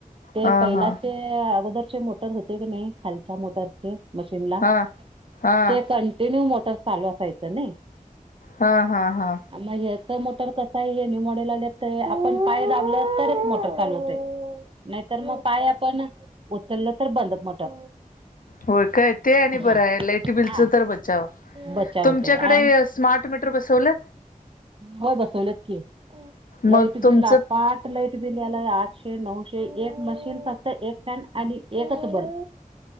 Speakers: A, on the right; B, on the left.
A: ते
B: हा
A: पहिलाचे
B: हा
A: अगोदरचे मोटर होते का नाही. खालच्या मोटरचे. मशीनला.
B: हा हा
A: ते कंटिन्यू मोटर चालू असायचं ना.
B: हा, हा, हा.
A: मग ह्याच मोटर कसाये. हे न्यू मॉडेल आले तर आपण पाय दाबलं तरच मोटर चालु होतय. नाहीतर मग पाय आपण उचललं तर. बंद मोटर.
B: होय काय. ते आणि बराय.
A: हा
B: लाईट बिलच
A: हा
B: तर बचाव.
A: बचाव
B: तुमच्याकडे
A: होतय आणि
B: स्मार्ट म मीटर बसवलं.
A: होय बसवलत की.
B: मग
A: लाईट
B: तुमचं
A: बिल आता लाईट बिल यायलय. आठशे, नऊशे. एक मशीन फक्त. एक फॅन आणि एकच बल्ब.